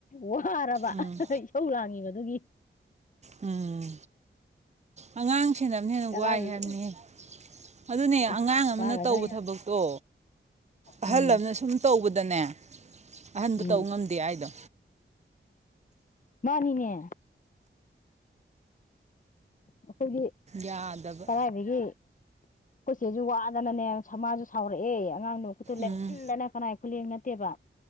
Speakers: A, on the left; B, on the right.
A: ꯋꯥꯔꯕ
B: ꯎꯝ
A: ꯏꯁꯧ ꯂꯥꯡꯉꯤꯕ ꯑꯗꯨꯒꯤ
B: ꯎꯝ ꯑꯉꯥꯡ ꯁꯦꯟꯅꯕꯅ ꯍꯦꯟꯅ
A: ꯀꯗꯥꯏꯗꯒꯤ
B: ꯋꯥꯏ ꯍꯥꯏꯕꯅꯤ ꯑꯗꯨꯅꯦ
A: ꯏꯁ
B: ꯑꯉꯥꯡ ꯑꯃꯅ
A: ꯋꯥꯒ꯭ꯔꯖꯥꯠꯅꯤ
B: ꯇꯧꯕ ꯊꯕꯛꯇꯣ ꯑꯍꯜꯅ
A: ꯎꯝ
B: ꯁꯨꯝ ꯇꯧꯕꯗꯅꯦ ꯑꯍꯟꯕ
A: ꯎꯝ
B: ꯇꯧ ꯉꯝꯗꯦ ꯍꯥꯏꯗꯣ
A: ꯃꯥꯅꯤꯅꯦ ꯑꯩꯈꯣꯏꯗꯤ
B: ꯌꯥꯗꯕ
A: ꯀꯔꯥꯏꯗꯒꯤ ꯑꯩꯈꯣꯏꯆꯦꯁꯨ ꯋꯥꯗꯅꯅꯦ ꯃꯥꯁꯨ ꯁꯥꯎꯔꯛꯑꯦ ꯑꯉꯥꯡꯗꯣ ꯈꯨꯜꯇꯣ ꯂꯦꯡꯃꯟꯗꯅ
B: ꯎꯝ
A: ꯀꯅꯥꯏ ꯈꯨꯂꯦꯡ ꯇꯦꯕ